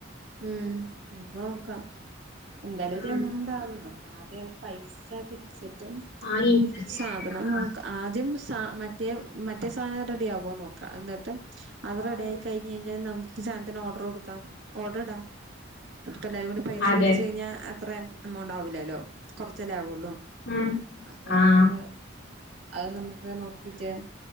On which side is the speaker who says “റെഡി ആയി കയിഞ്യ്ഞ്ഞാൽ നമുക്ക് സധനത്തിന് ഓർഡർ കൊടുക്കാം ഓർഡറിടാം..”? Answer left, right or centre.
Right